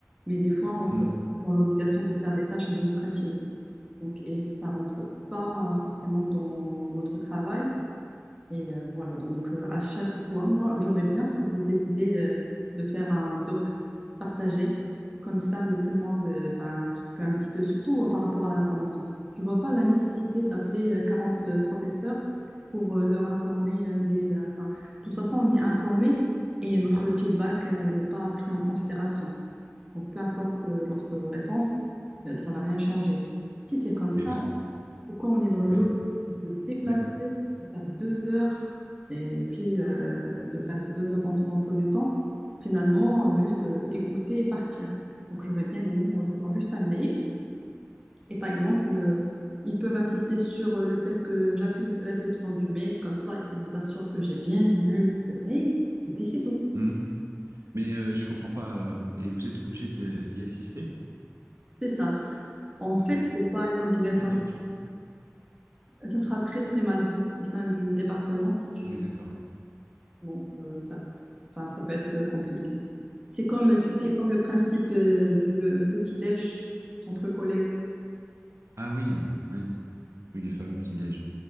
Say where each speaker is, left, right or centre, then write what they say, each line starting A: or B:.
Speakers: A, on the right; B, on the right.
A: Mais des fois, on
B: Mmh.
A: se retrouve dans l'obligation de faire des tâches administratives. Donc, et ça rentre pas forcément dans notre travail. Et euh, voilà, donc euh, à chaque fois, moi, j'aurais bien proposé l'idée euh, de faire un doc partagé. Comme ça, il y a tout le monde euh, ben, qui peut un petit peu, surtout euh, par rapport à l'information. Je vois pas la nécessité d'appeler euh, 40 professeurs pour euh, leur informer euh, des... euh, enfin, de toute façon, on est informé et notre feedback euh, n'est pas pris en considération. Donc, peu importe euh, notre réponse, euh, ça va rien changer. Si c'est comme ça,
B: Et vous...
A: pourquoi on est dans l'autre,
B: ouais.
A: on se déplacer,
B: Ouais.
A: de faire deux heures, et puis euh, de perdre deux heures dans son emploi du temps, pour finalement euh, juste euh, écouter et partir. Donc j'aurais bien aimé recevoir juste un mail. Et par exemple, euh, ils peuvent insister sur euh, le fait que j'accuse réception du mail, comme ça ils assurent que j'ai bien lu le mail, et puis c'est tout.
B: Mmh. Mais euh, je comprends pas. euh, et vous êtes obligé de- d'y assister?
A: C'est ça. En
B: Ah,
A: fait,
B: c'est une
A: c'est pas une obligation.
B: vraie torture.
A: Ça sera très très mal vu au sein du département si tu
B: Ah oui, d'accord.
A: Donc, euh, ça, enfin, ça peut être euh, compliqué. C'est comme, tu sais, comme le principe euh, du euh, petit-déj entre collègues.
B: Ah oui, oui, oui, les fameux petits-déj.